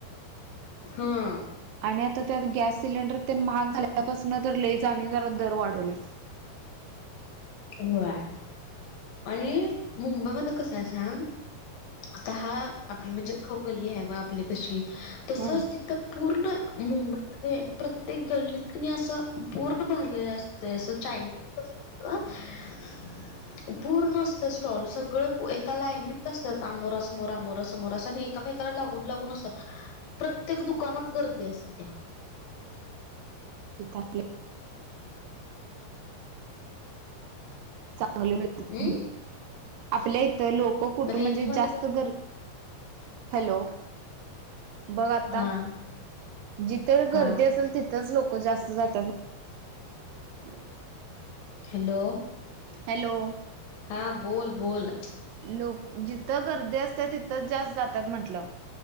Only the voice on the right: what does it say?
आणि आता त्यात गॅस सिलेंडर ते महाग झाल्यापासनं तर लईच आणि जरा दर वाढवल्यात.
हं
इथं आपल्या. आली ना इथं
हू आपल्या इथं लोक कुठं
म्हणजे
जास्त गर हॅलो! बघ आता
जिथं
गर्दी असेल तिथंच लोक जास्त जात्या. <inaudible>
हॅलो!
लोक जिथं गर्दी असत्यां तिथंच जास्त जात्यांत म्हंटलं.